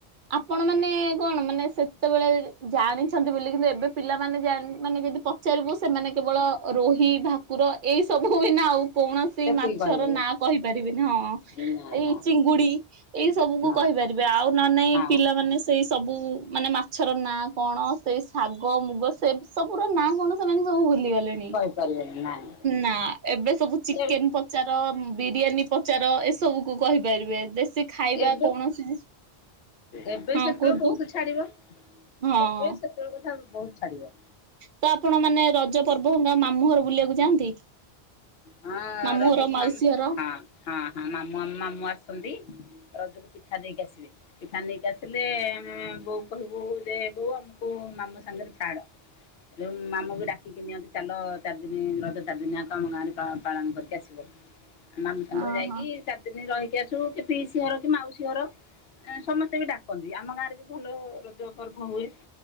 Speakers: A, on the right; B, on the left.
A: ଆପଣ ମାନେ କଣ ମାନେ ସେତେବେଳେ ଜାଣିଛନ୍ତି ବୋଲି କିନ୍ତୁ ଏବେ ପିଲାମାନୋଣି ମାନେ ଯଦି ପଚାରିବୁ ସେମାନେ କେବଳ ରୋହି ଭାକୁର ଏଇ ସବୁ ନା ଆଉ କୌଣସି
B: ସେତିକି
A: ମାଛର
B: କହିବେ
A: ନାଁ କହିପାରିବେିନି ହଁ।
B: ନା
A: ଏଇ
B: ନା
A: ଚିଙ୍ଗୁଡି ଏଇ ସବୁ
B: ନା
A: କୁ କହିପାରିବେ ଆଉ ନ ନାଇଁ
B: ହଁ
A: ପିଲା ମାନେ ସେଇ ସବୁ ମାନେ ମାଛର ନାଁ କଣ ସେଇ ଶାଗ ମୁଗ ସେବ ସବୁର ର ନାଁ କଣ ସେମାନେ ସବୁ ଭୁଲି ଗଲେଣି
B: କହିପାରିବେନି ନାଇଁ
A: ନା ଏବେ ସବୁ
B: ସେ
A: ଚିକେନ ପ ପଚାର ବିରିୟାନୀ ପଚାର ଏସବୁକୁୁ କହିପାରିବେ ଦେଶୀ ଖାଇବା
B: ଏବେ
A: କୌଣସି
B: ଏବେ
A: ହଁ
B: ସେତେବେଳେ
A: କୁହନ୍ତୁ
B: ବହୁତ ଛାଡିବ ଏବେ
A: ହଁ।
B: ସେ ସେତେବେଳେ କଥା ବହୁତ ଛାଡିବ।
A: ତ ଆପଣ ମାନେ ରଜ ପର୍ବ ହେ ମାମୁଁ ଘର ବୁଲିବାକୁ ଯାଆନ୍ତି?
B: ହଁ
A: ମାମୁଁ
B: ରଜକୁ
A: ଘର ମାଉସୀ
B: ମ
A: ଘର
B: ହଁ ହଁ ହଁ ମାମୁଁ ମାମୁଁ ଆସଛନ୍ତି ରଜକୁ ପିଠା ଦେଇକି ଆସିବେ। ପିଠା ନେଇକି ଆସିଲେ ଆମେ ବୋଉ କହିବୁ ଯେ ବୋଉ ଆମକୁ ମାମୁ ସାଙ୍ଗରେ ଛାଡ। ମାମୁଁ ବିଡାିକି ନିଅନ୍ତି ଚାଲ ଚାରି ଦିନ ରଜ ଚାରି ଦିନି ଆ ଆମ ଗାଁରେ ପାଳନ କରିକି ଆସିବ ମାମୁ ସାଙ୍ଗରେ
A: ଓହୋ
B: ଯାଇକି ଚାରି ଦିନ ରହିକି ଆସୁ କି ପିଇ ସ ଘର କି ମାଉସୀ ଘର ସମସ୍ତେ ବି ଡାକ କନ୍ତି ଆମ ଗାଁରେ ବି ଭଲ ରଜ ପର୍ବ ହୁଏ